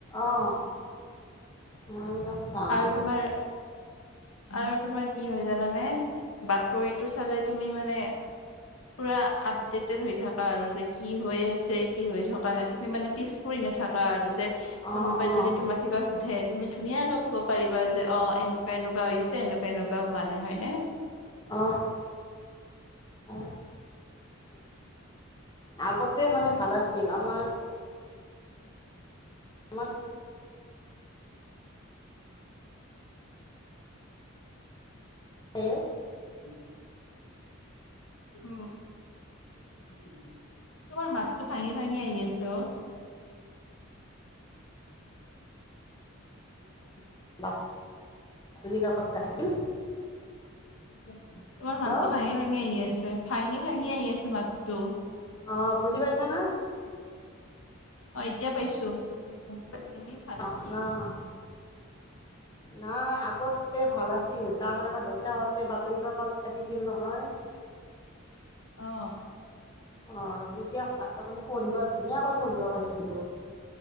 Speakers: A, on the left; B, on the left.
A: অ মই এইবিলাক- চাওঁ
B: আৰু তোমাৰ আৰু তোমাৰ কি হয় জানানে, বাতৰিটো চালে তুমি মানে, পুৰা আপডেটেড হৈ থাকা আৰু যে কি হৈ আছে কি হৈ থকা নাই তুমি মানে পিছ পৰি নাথাকা আৰু যে কোনোবাই
A: অঁ অঁ
B: যদি তোমাক কিবা সুধে তুমি ধুনীয়াকে- ক'ব পাৰিবা, যে অ এনেকুৱা এনেকুৱা হৈছে এনেকুৱা এনেকুৱা হোৱা নাই হয় নে ‍?
A: অ অ। আগতে মানে ভাল আছিল। আমাৰ- আমাৰ
B: অ। <inaudible>
A: দেউতাই
B: উম। <inaudible> উম, তোমাৰ মাতটো ভাঙি ভাঙি আহি আছে অ। উ <inaudible>
A: বাতৰি কাকত যে আছিল,
B: তোমাৰ মাতটো
A: হেল্ল'
B: ভাঙি ভাঙি আহি আছে, ভাঙি ভাঙি আহি আছে মাতটো।
A: অঁ বুজি পাইছা না?
B: অ এতিয়া পাইছো। তুমি ভাত
A: তহঁত।
B: কি <inaudible>
A: নাই আগতে ভাল আছিল, তাৰমানে আমাৰ দেউতাহঁতে বাতৰি কাকত ৰাখিছিল নহয়।
B: অ।
A: অ, তেতিয়া মানে পঢ়িব ধুনীয়াকৈ পঢ়িব পাৰিছিলো।